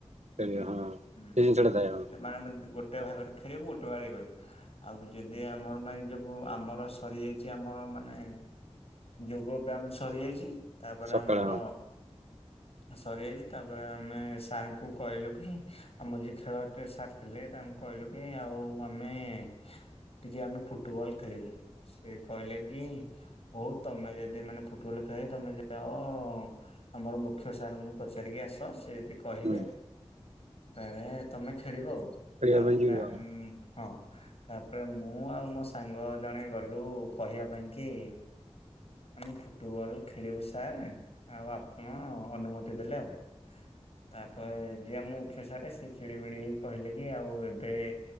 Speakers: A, on the right (about 80°); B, on the left (about 60°).
A: ଖେଳିବ ହଁ
B: ହୁଁ
A: ସେ ଜିନିଷଟା ଥାଏ ହଁ
B: ମାନେ ଗୋ ଟେ ଭାଗରେ ଖେଳିବୁ ଗୋଟେ ଭାଗ ଏ କହିବୁ ଆଉ ଯଦି ଆମର ମାଇଣ୍ଡିକୁ ଆମର ସରି ଯାଇଛି ଆମ ମାନେ ଯୋଗ ବ୍ୟାମ ସରିଯାଇଛି। ତାପରେ
A: ସକାଳେ
B: ଆମର।
A: ହଁ
B: ସରିଯାଇଛି ତାପରେ ଆମେ ସାର୍ ଙ୍କୁ କହିଲୁ କି। ଆମ ଯିଏ ଖେଳ ଟେ ସାର ଥିଲେ ତାଙ୍କୁ କହିଲୁ କି ଆଉ ଆମେ। ଟିକେ ଆମେ ଫୁଟବଲ ଖେଳିବୁ ସେ କହିଲେ କି। ହଉ ତମେ ଯଦି ମାନେ ଫୁଟବଲ ଖେଳାଳୀ ତମେ ଯାଅ। ଆମର ମୁଖ୍ୟ ସାରଙ୍କୁ ପଚାରିକି କି ଆସ ସେ ଜଦି। କହିବେ
A: ହୁଁ
B: ତାହେରେ ତମେ ଖେଳିବ ଆଉ,
A: ଖେଳିବା
B: ତାପରେ
A: ପାଇଁ ଯିବ
B: ଆମ
A: ଆଉ
B: ହଁ ତାପରେ ମୁଁ ଆଉ ମୋ ସାଙ୍ଗ ଜଣେ। ଗଲୁ କହିବା ପାଇଁ କି? ଆମେ ଫୁଟବଲ୍ ଖେଳିବୁ ସାର୍ ଆଉ ଆପଣ ଅନୁମତି ଦେଲେ ଆଉ। ତାପରେ ଯିଏ ଆମ ମୁଖ୍ୟ ସାରେ ସେ ଚିଡିମିଡି ହେଇକି କହିଲେ କି ଆଉ ଏବେ।